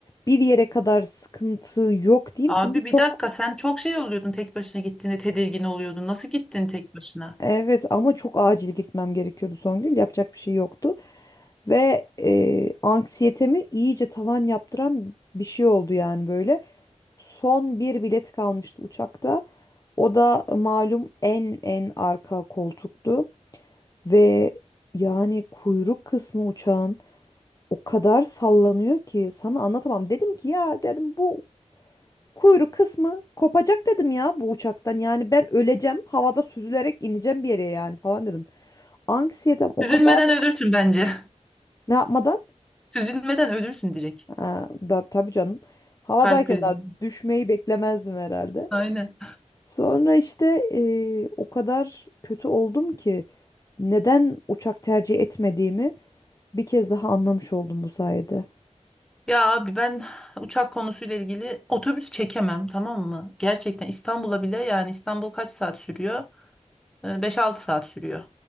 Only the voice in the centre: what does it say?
Abi
bir dakika sen çok şey oluyordun tek başına gittiğinde tedirgin oluyordun. Nasıl gittin tek başına?
Üzülmeden
ölürsün bence.
<laughs> Üzülmeden ölürsün direkt.
Kalp krizi.
Aynen.
Ya abi ben uçak konusuyla ilgili otobüs çekemem tamam mı? Gerçekten İstanbul'a bile yani İstanbul kaç saat sürüyor? E, 5-6 saat sürüyor.